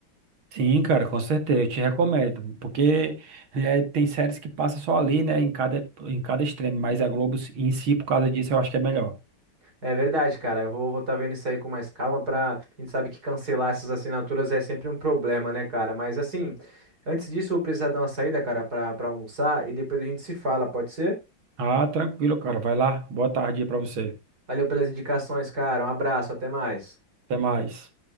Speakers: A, on the right (about 80°); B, on the right (about 50°).
A: Sim, cara, com certeza, eu te recomendo, porque é, tem séries que passa só ali, né, em cada, em cada extremo, mas a Globo em si, por causa disso, eu acho que é melhor.
B: É verdade, cara. Eu vou estar vendo isso aí com mais calma pra. A gente sabe que cancelar essas assinaturas é sempre um problema, né, cara? Mas assim, antes disso, eu vou precisar dar uma saída, cara, pra, pra almoçar e depois a gente se fala, pode ser?
A: Ah, tranquilo, cara, vai lá, boa tarde aí pra você,
B: Valeu pelas indicações, cara. Um abraço, até mais.
A: até mais.